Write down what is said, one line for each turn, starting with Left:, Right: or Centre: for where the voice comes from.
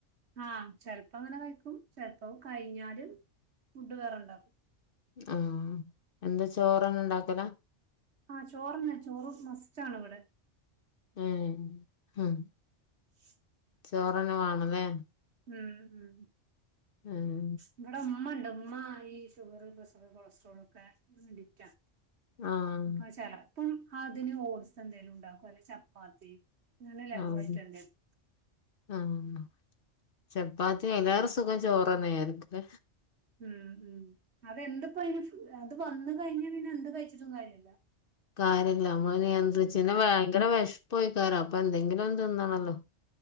Right: ആഹ് ചെലപ്പങ്ങനെ കഴിക്കും. ചെലപ്പം കഴിഞ്ഞാല് ഫുഡ് വേറെണ്ടാക്കും.
Left: ആഹ് എന്ത ചോറ് അങ്ങനെണ്ടാക്കലാ?
Right: ആഹ് ചോറ്ന്നെ. ചോറ് മസ്റ്റാണിവിടെ.
Left: ഏഹ്, ആഹ്
Right: <unintelligible>
Left: ചോറന്നെ വാണല്ലേ?
Right: ഉം ഉം
Left: ഉം
Right: ഇവിടെ ഉമ്മണ്ട്. ഉമ്മ ഈ ഷുഗറ്, പ്രഷറ്, കൊളസ്ട്രോളക്കെ അടിറ്റാ.
Left: ആഹ്
Right: അപ്പ ചെലപ്പം അതിന് ഓട്സ് എന്തെങ്കിലും ഉണ്ടാക്കും അല്ലങ്കി ചപ്പാത്തി അങ്ങനെ ലഘുവായിട്ട്
Left: ആഹ്
Right: എന്തേലും
Left: ആഹ് ചപ്പാത്തി അയിലേറെ സുഖം ചോറ്ന്നെ ആയിരിക്കൂല്ലേ.
Right: ഉം ഉം അതെന്ത്‌പ്പയ്ന് അത് വന്ന് കഴിഞ്ഞാ പിന്നെ എന്ത് കഴിച്ചിട്ടും കാര്യല്ല
Left: കാര്യല്ല നമ്മ നിയന്ത്രിച്ചന്നെ
Right: ഉം
Left: പിന്നെ ഭയങ്കര വിഷ പോയികാരോ അപ്പൊ എന്തെങ്കിലും ഒന്ന് തിന്നണല്ലൊ